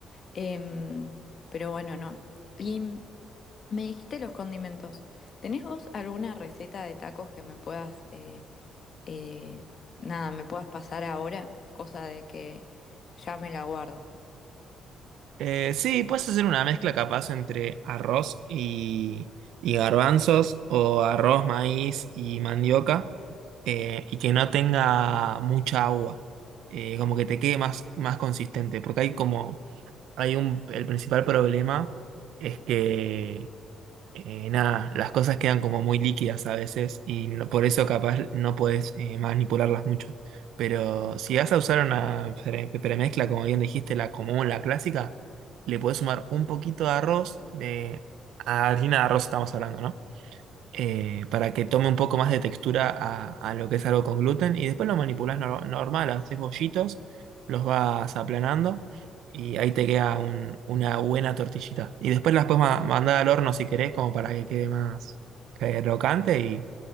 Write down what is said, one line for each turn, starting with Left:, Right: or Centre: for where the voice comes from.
Left: Em, pero bueno, no. Y me dijiste los condimentos. ¿Tenés vos alguna receta de tacos que me puedas, eh, eh, nada, me puedas pasar ahora? Cosa de que ya me la guardo.
Right: Eh, sí, puedes hacer una mezcla capaz entre arroz y, y garbanzos o arroz, maíz y mandioca eh, y que no tenga mucha agua, Eh, como que te quede más, más consistente, porque hay como, hay un, el principal problema es que eh, nada, las cosas quedan como muy líquidas a veces y no- por eso capaz no puedes eh, manipularlas mucho. Pero si vas a usar una pre- premezcla, como bien dijiste, la común, la clásica, le puedes sumar un poquito de arroz, de harina de arroz estamos hablando, ¿no? eh, para que tome un poco más de textura a, a lo que es algo con gluten. Y después lo manipulas normal, haces bollitos, los vas aplanando y ahí te queda un- una buena tortillita. Y después las puedes ma- mandar al horno si querés, como para que quede más eh, crocante y,